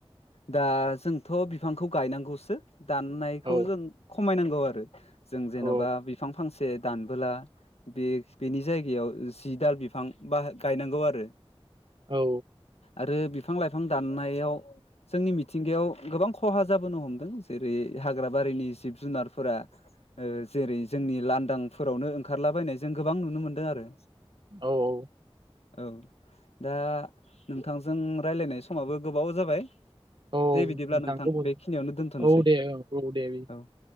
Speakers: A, on the left; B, on the right.
A: दा जोंथ' बिफांखौ गायनांगौसो। दाननायखौ
B: हो।
A: जों खमायनांगौ आरो जों जेन'बा
B: औ
A: बिफां फांसे से दानबोला बे बेनि जायगायाव जि दाल बिफां बा गायनांगौ आरो।
B: औ
A: आरो बिफां लाइफां दाननायाव जोंनि मिथिंगायाव गोबां खहा जाबोनो हमदों जेरै हाग्रा बारिनि जिब जुनारफोरा ओ जेरै जोंनि लानदांफोरावनो ओंखारलाबायनाय जों गोबां नुनो मोनदों आरो।
B: औ औ।
A: औ दा नोंथांजों रायलायनाय समाबो गोबाव जाबाय।
B: औ
A: दे बिदिब्ला नोंथां
B: गोबाव
A: बेखिनियावनो दोनथनोसै
B: औ दे औ औ दे
A: औ। <inaudible>